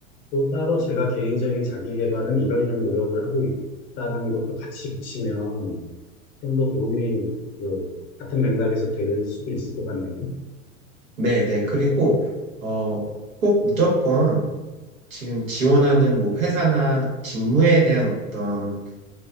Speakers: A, on the left (about 35°); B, on the right (about 80°).
A: 또 따로 제가 개인적인 자기 개발은 이런 이런 노력을 하고 있다라는 것도 같이 붙이면 좀 더 도움이 그 같은 맥락에서 될 수도 있을 것 같네요.
B: 네, 네. 그리고, 어, 꼭 무조건 지금 지원하는 뭐 회사나 직무에 대한 어떤